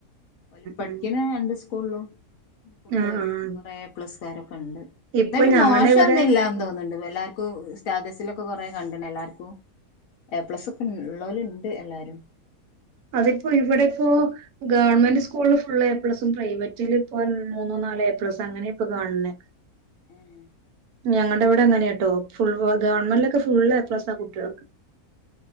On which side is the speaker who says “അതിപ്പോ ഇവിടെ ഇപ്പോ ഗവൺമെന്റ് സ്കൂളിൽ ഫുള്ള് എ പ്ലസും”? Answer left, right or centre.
Right